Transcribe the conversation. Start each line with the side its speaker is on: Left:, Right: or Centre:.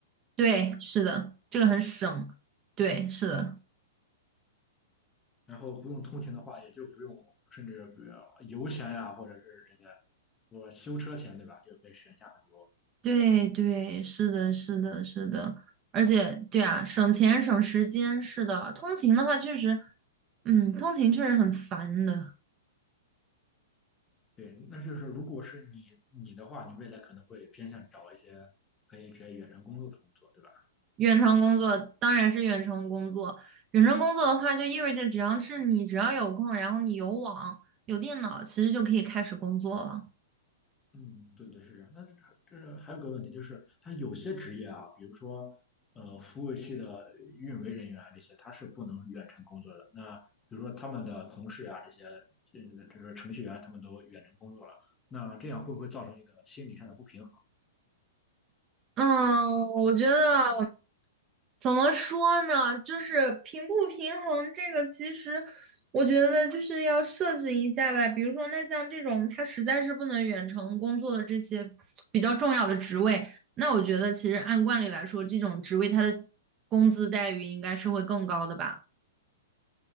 Right: 对，是的，这个很省。对，是的。
Left: 然后不用通勤的话，也就不用，甚至比如油钱呀、或者是这些，我修车钱，对吧？就可以省下很多。
Right: 对对，是的，是的，是的，而且对啊，省钱省时间，是的。通勤的话，确实，嗯，通勤确实很烦的。
Left: 对，那就是如果是你你的话，你未来可能会偏向找一些可以直接远程工作的工作，对吧？
Right: 远程工作当然是远程工作，远程工作的话，就意味着只要是你只要有空，然后你有网有电脑，其实就可以开始工作了。
Left: 嗯，对对是这样。那这这还有个问题就是，他有些职业啊，比如说呃服务器的运维人员啊这些，他是不能远程工作的。那比如说他们的同事啊这些，这这个程序员他们都远程工作了，那这样会不会造成一个心理上的不平衡？
Right: 嗯，我觉得怎么说呢，就是平不平衡这个，其实我觉得就是要设置一下吧。比如说，那像这种他实在是不能远程工作的这些比较重要的职位，那我觉得其实按惯例来说，这种职位他的工资待遇应该是会更高的吧？